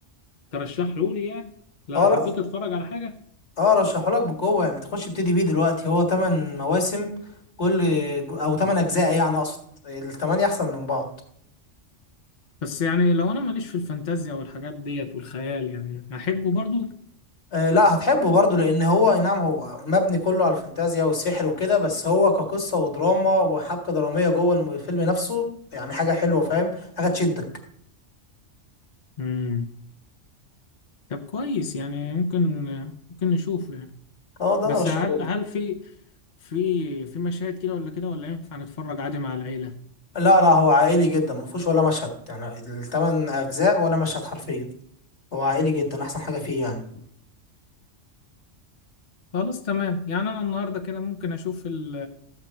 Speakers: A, on the left; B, on the left.
A: ترشحه لي يعني لا
B: أه لأ
A: حبيت أتفرج على حاجة
B: أه رشحهولك بقوة يعني تخش ابتدي بيه دلوقتي هو تمن مواسم كل ج- أو تمن
A: أه،
B: أجزاء يعني أقصد التمانية أحسن من بعض
A: بس يعني لو أنا ماليش في الفانتازيا والحاجات ديت والخيال يعني هحبه برضو
B: أه لأ هتحبه برضه لأن هو أي نعم هو مبني كله على الفانتازيا والسحر وكده بس هو كقصة ودراما وحبكة درامية جوه الم- الفيلم نفسه يعني حاجة حلوة فاهم؟ حاجة تشدك
A: امم طب كويس يعني ممكن ممكن نشوفه يعني
B: أه ده
A: بس
B: أرشحهولك
A: هل هل في في في مشاهد كده ولا كده ولا ينفع نتفرج عادي مع العيلة؟
B: لا لا هو عائلي جدا ما فيهوش ولا مشهد يعني الثمان اجزاء ولا مشهد حرفيا هو عائلي جدا احسن حاجه فيه يعني
A: خلاص تمام يعني أنا النهاردة كده ممكن أشوف ال